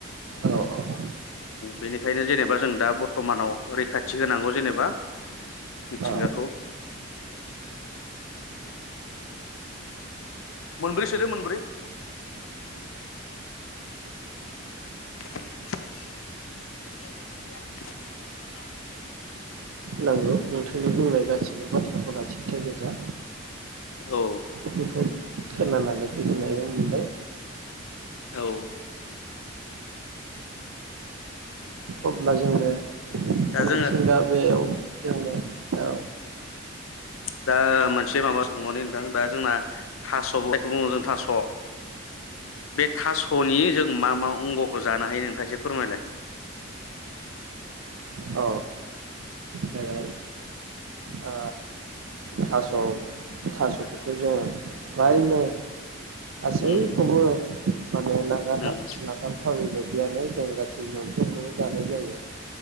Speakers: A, on the right; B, on the left.
A: औ औ
B: बेनिखायनो जेनेबा जों दा बर्थ'मानाव रैखाथि होनांगौ जेनेबा मिथिंगाखौ।
A: औ ओ
B: मोनब्रै सोदो मोनब्रै। <unintelligible>
A: नांगौ नोंथांनि बुंनाय गासिबो बाथ्राफोरा सैथो गोजा।
B: औ।
A: बेखौ खोनानानै गोजोननायबो मोनबाय।
B: औ।
A: अब्ला जोङो।
B: दा जोङो
A: मिथिंगा बेयाव जोंनो। औ।
B: दा मोनसे माबा सोंहरनि नोंथां दा जोंना थास'लाइखौ बुङो जों थास' बे थास'नि जों मा मा अंगखौ जानो हायो नोंथाङा एसे फोरमायलाय।
A: औ जागोन ओ थास' थास'खौथ' जोंङो फ्रायनो। गासैखौबो
B: उम
A: माने नागार
B: उम
A: नागारथावयि बायदियानो। जों गासै मोनफ्रोमखौबो जानाय जायो।